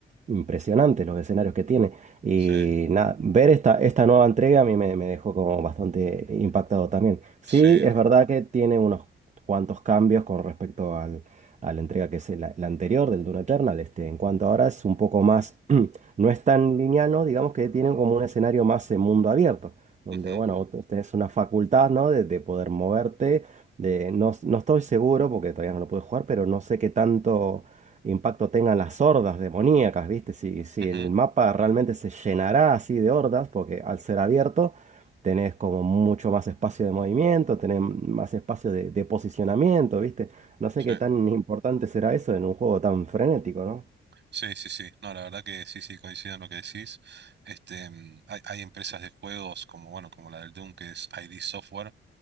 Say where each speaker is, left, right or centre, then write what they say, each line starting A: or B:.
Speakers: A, on the right; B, on the right.
A: impresionantes los escenarios que tiene. Y
B: sí,
A: nada, ver esta, esta nueva entrega a mí me, me dejó como bastante impactado también. Sí,
B: sí,
A: es
B: no.
A: verdad que tiene unos cuantos cambios con respecto al, a la entrega que es la, la anterior del Dune Eternal. Este, en cuanto ahora es un poco más, <clears throat> no es tan lineal, ¿no? Digamos que tienen como un escenario más en mundo abierto, donde,
B: Ujú,
A: bueno, vos tenés una facultad, ¿no? De, de poder moverte. De, no, no estoy seguro porque todavía no lo pude jugar, pero no sé qué tanto impacto tengan las hordas demoníacas, ¿viste? Si, si
B: ujú,
A: el mapa realmente se llenará así de hordas, porque al ser abierto tenés como mucho más espacio de movimiento, tenés más espacio de, de posicionamiento, ¿viste? No sé
B: sí.
A: qué tan importante será eso en un juego tan frenético, ¿no?
B: Sí, sí, sí. No, la verdad que sí, sí, coincido en lo que decís. Este, mm, hay, hay empresas de juegos como, bueno, como la del Doom, que es ID Software.